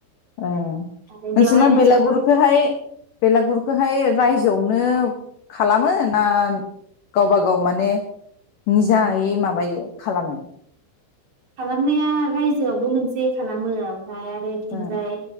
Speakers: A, on the left; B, on the right.
A: ओ
B: आरो
A: नोंसिना
B: बेवहायनो
A: बेलागुरखौहाय
B: ज' ज'
A: बेलागुरखौहाय रायजोआव नो खालामो ना गावबा-गाव माने निजाहै माबायो खालामो
B: खालामनाया रायजोयावबो मोनसे खालामो ओमफ्राय आरो बिथिंजाय
A: ओ